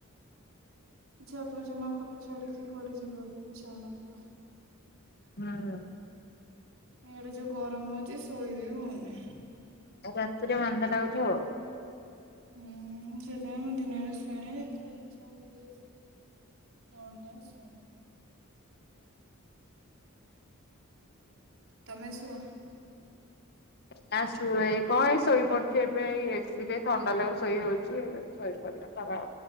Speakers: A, on the right (about 85°); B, on the left (about 50°).
A: ଇଚ୍ଛା ଥିବ ଜମା ଖଟ ଛାଡିକି କୁଆଡେ ଯିବାକୁ ଇଛାହଉ ନଥିବ?
B: ହୁଁ।
A: ଇଆଡେ ଯୋଉ ଗରମ ହଉଛି ଶୋଇବି ହଉନି।
B: ରାତିରେ ଥଣ୍ଡା ଲାଗୁଥିବ।
A: ହୁଁ ସେଥିପାଇଁ ମଁ ଦିନରେ ଶୁଏନି ଯେତେବେଳେ ଇଛା ହୁଏ। ନଲେ ନାଇଁ ସୁଏନି। ତମେ ଶୁ
B: ନା ଶୁଏ କଣ ଏଇ ଶୋଇପଡୁଚି ଏବେ ଏଇ ଏସି ରେ ଥଣ୍ଡା ଲାଗକୁ ଶୋଇ ହଉଚି ଶ <unintelligible>